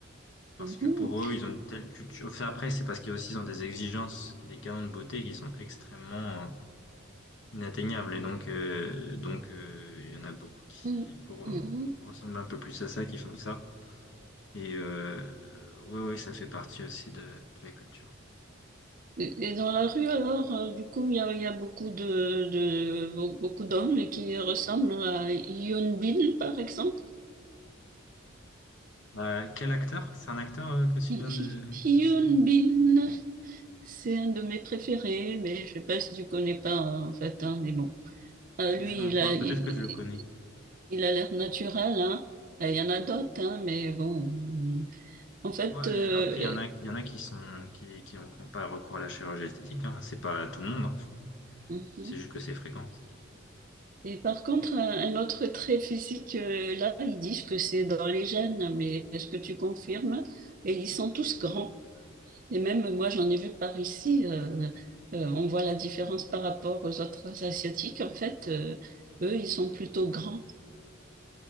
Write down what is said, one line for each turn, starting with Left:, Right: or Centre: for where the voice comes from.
Left: Parce
Right: mhm,
Left: que pour eux, ils ont une telle culture. Enfin, après, c'est parce qu'ils aussi ils ont des exigences, des canons de beauté qui sont extrêmement euh, inatteignables. Et donc, euh, donc euh, il y en a beaucoup qui,
Right: mhm,
Left: pour
Right: mhm.
Left: euh, ressembler un peu plus à ça, qui font ça. Et euh, euh, ouais, ouais, ça fait partie aussi de, de la culture.
Right: Et, et dans la rue alors, euh, du coup, il y a, il y a beaucoup de, de be- beaucoup d'hommes qui ressemblent à Hyun Bin, par exemple.
Left: Euh, quel acteur? C'est un acteur euh, que
Right: <laughs>
Left: tu
Right: Hy-
Left: viens
Right: Hy-
Left: de,
Right: Hyun
Left: de citer?
Right: Bin, c'est un de mes préférés, mais je sais pas si tu connais pas hein, en fait, hein, mais bon. Euh,
Left: Il
Right: lui,
Left: joue dans
Right: il
Left: quoi?
Right: a, il,
Left: Peut-être que je le connais.
Right: Il a l'air naturel, hein. Euh, Il y en a d'autres, hein, mais bon. En fait,
Left: Ouais, allez,
Right: euh,
Left: après, il y en a, il y en a qui sont, qui, qui ont qui ont pas recours à la chirurgie esthétique, hein. C'est pas tout le monde, hein.
Right: mhm.
Left: C'est juste que c'est fréquent, c'est tout.
Right: Et par contre, un, un autre trait physique, euh, là, ils disent que c'est dans les gènes, mais est-ce que tu confirmes? Et ils sont tous grands. Et même moi, j'en ai vu par ici. euh, euh, on voit la différence par rapport aux autres Asiatiques. En fait, euh, eux, ils sont plutôt grands.